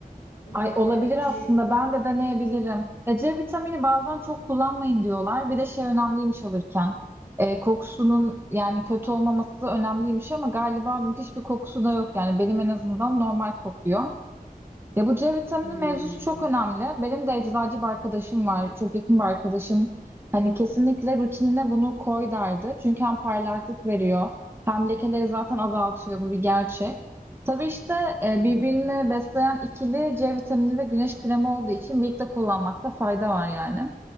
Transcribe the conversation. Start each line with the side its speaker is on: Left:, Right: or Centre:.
Left: evet
Right: Ay olabilir
Left: evet C
Right: aslında.
Left: vitamini.
Right: Ben de deneyebilirim. E, C vitamini bazen çok kullanmayın diyorlar. Bir de şey önemliymiş alırken. E, kokusunun yani kötü olmaması önemliymiş ama galiba müthiş bir kokusu da yok. Yani benim en azından normal kokuyor. Ya bu C vitamini
Left: Hmm.
Right: mevzusu çok önemli. Benim de eczacı bir arkadaşım var. Çok yakın bir arkadaşım. Hani kesinlikle rutinine bunu koy derdi. Çünkü hem parlaklık veriyor hem lekeleri zaten azaltıyor. Bu bir gerçek. Tabii işte e,
Left: Hı hı.
Right: birbirini besleyen ikili C vitamini ve güneş kremi olduğu için birlikte kullanmakta fayda var yani.